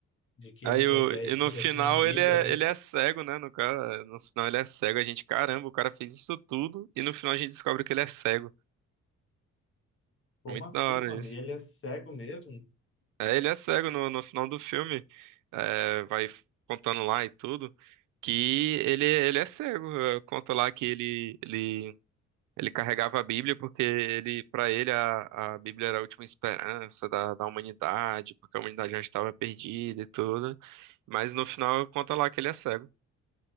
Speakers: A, on the left; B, on the right.
A: de que
B: Aí
A: ele protege
B: o, e no final
A: assim a Bíblia,
B: ele é,
A: né?
B: ele é cego, né? No cara, no final ele é cego. A gente, caramba, o cara fez isso tudo e no final a gente descobre que ele é cego.
A: Como
B: Muito
A: assim,
B: da hora
A: mano?
B: isso.
A: E ele é cego mesmo?
B: É, ele é cego no, no final do filme. é, vai contando lá e tudo. Que ele, ele é cego. É, Conta lá que ele, ele Ele carregava a Bíblia porque ele, para ele, a, a Bíblia era a última esperança da, da humanidade, porque a humanidade já estava perdida e tudo. Mas no final conta lá que ele é cego.